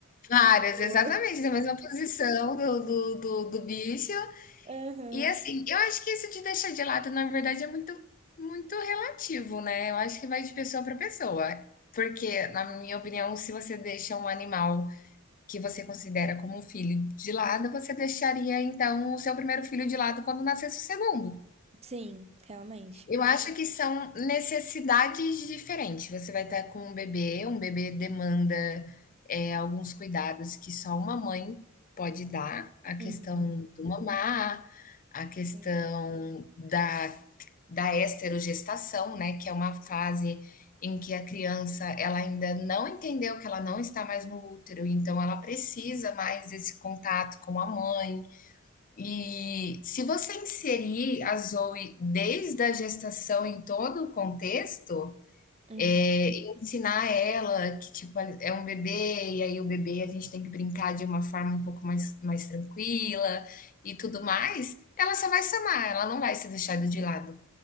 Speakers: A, on the left; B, on the right.
A: Várias,
B: Tipo,
A: exatamente, na mesma posição do, do, do, do bicho.
B: <laughs> aham.
A: E assim, eu acho que isso de deixar de lado, na verdade, é muito, muito relativo, né? Eu acho que vai de pessoa para pessoa. Porque, na minha opinião, se você deixa um animal que você considera como um filho de lado, você deixaria então o seu primeiro filho de lado quando nascesse o segundo.
B: Sim, realmente.
A: Eu acho que são necessidades diferentes. Você vai estar com um bebê, um bebê demanda, eh, alguns cuidados que só uma mãe pode dar, a questão
B: Uhum.
A: do mamar, a questão
B: Sim.
A: da da esterogestação, né, que é uma fase em que a criança, ela ainda não entendeu que ela não está mais no útero, então ela precisa mais desse contato com a mãe. E se você inserir a Zoe desde a gestação em todo o contexto,
B: Uhum.
A: é, ensinar ela que tipo é um bebê e aí o bebê a gente tem que brincar de uma forma um pouco mais, mais tranquila e tudo mais, ela só vai se amar, ela não vai ser deixada de lado.